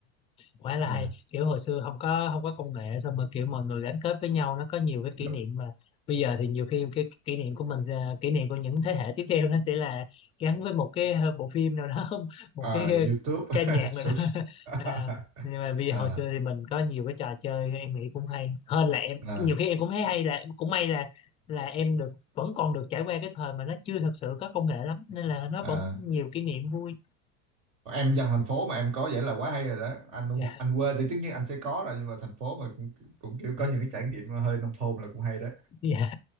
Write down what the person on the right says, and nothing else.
à,
được.
À,
YouTube
<laughs> Social-
<laughs>
à,
à,
à.
<laughs>
em dân thành phố mà em có vậy là quá hay rồi đó anh
anh quê thì tất nhiên anh sẽ có rồi nhưng mà thành phố mà cũng, cũng kiểu
có những cái trải nghiệm hơi nông thôn là cũng hay đó